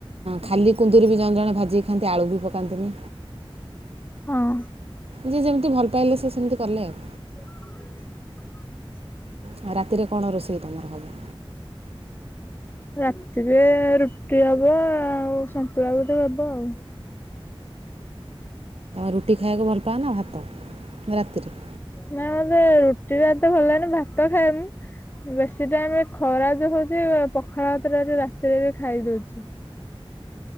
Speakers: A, on the right; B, on the left.
A: ଖାଲି କୁନ୍ଦୁରି ବି ଜଣେ ଜଣେ ଭାଜିକି ଖାଆନ୍ତି ଆଳୁ ବି ପକାନ୍ତିନି।
B: ହଁ।
A: ଯେ ଯେମିତି ଭଲ ପାଇଲା ସେ କେମିତି କଲେ ଆଉ
B: <inaudible>
A: ଆଉ ରାତିରେ କଣ ରୋଷେଇ ତୁମର ହେବ?
B: ରାତିରେ ରୁଟି ହବ ଆଉ ସନ୍ତୁଳା ବୋଧେ ହବ ଆଉ।
A: ରୁଟି ଖାଇବାକୁ ଭଲ ପାଆ ନା ଭାତ ରାତିରେ?
B: ନା ମତେ ରୁଟି ତ ଏତେ ଭଲ ଲାଗେନି ଭାତ ଖାଏବୁ ବେଶୀ ଟାଇମ ଖରା ଯାହା ହଉଛି ପଖାଳ ହାତ ଟା ରାତିରେ ବି ଖାଇଦଉଛି।